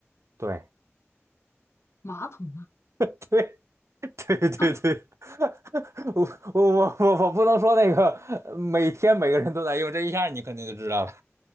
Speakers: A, on the right; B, on the left.
A: 对
B: 马桶吗？
A: <laughs> 对，<laughs> 对对对，
B: <laughs>
A: <laughs> 我我我我我不能说那个呃每天每个人都在用，这一下你肯定就知道了。